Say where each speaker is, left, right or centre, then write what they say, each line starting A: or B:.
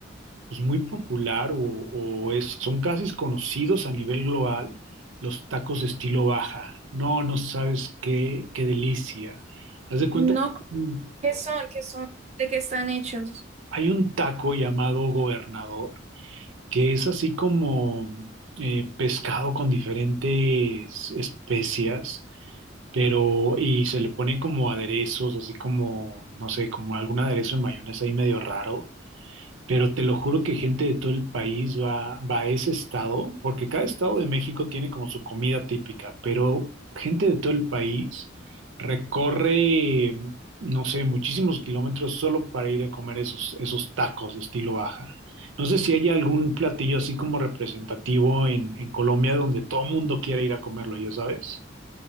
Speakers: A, on the right; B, on the right.
A: pues muy popular o, o es, son casi conocidos a nivel global los tacos estilo Baja. No, no sabes qué, qué delicia. Haz de cuenta
B: No,
A: que hay un
B: ¿qué son? ¿Qué son? ¿De qué están hechos?
A: hay un taco llamado Gobernador que es así como eh, pescado con diferentes especias, pero y se le pone como aderezos, así como, no sé, como algún aderezo de mayonesa ahí medio raro. Pero te lo juro que gente de todo el país va, va a ese estado, porque cada estado de México tiene como su comida típica, pero gente de todo el país recorre, no sé, muchísimos kilómetros solo para ir a comer esos, esos tacos de estilo baja. No sé si hay algún platillo así como representativo en, en Colombia donde todo el mundo quiera ir a comerlo, ya sabes.